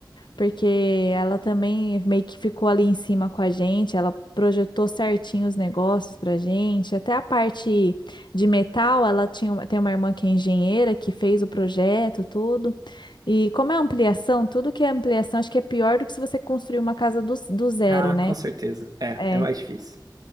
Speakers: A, on the left; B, on the right.
A: porque ela também meio que ficou ali em cima com a gente, ela projetou certinho os negócios pra gente. Até a parte de metal, ela tinha, uma- tem uma irmã que é engenheira, que fez o projeto, tudo. E como é ampliação, tudo que é ampliação, acho que é pior do que se você construir uma casa do, do zero,
B: Ah,
A: né?
B: com certeza. É,
A: É.
B: é mais difícil.